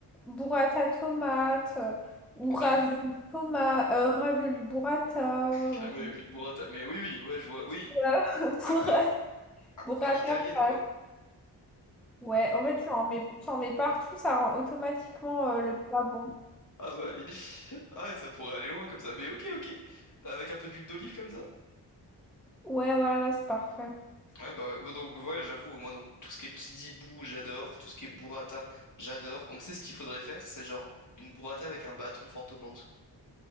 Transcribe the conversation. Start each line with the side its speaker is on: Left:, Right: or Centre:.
Centre: burrata tomate euh, ou
Left: Ok.
Centre: ravioli tomate, ravioli burrata
Left: Carrément,
Centre: ou
Left: il y a plus de burrata. Mais oui, oui, ouais, je vois, oui.
Centre: <laughs> burrata,
Left: Un peu à,
Centre: burrata
Left: à l'italienne
Centre: pâte.
Left: quoi.
Centre: Ouais, en fait, tu en mets, tu en mets partout, ça rend automatiquement euh, le plat bon.
Left: Ah bah, oui. <laughs> ah, ça pourrait aller loin comme ça. Mais ok, ok. Avec un peu d'huile d'olive comme ça?
Centre: Ouais, voilà, c'est parfait.
Left: Ouais, bah ouais. Bah donc voilà, j'avoue, moi donc tout ce qui est Kidibou, j'adore, tout ce qui est burrata, j'adore. Donc c'est ce qu'il faudrait faire, c'est genre une burrata avec un bâton fantôme en dessous.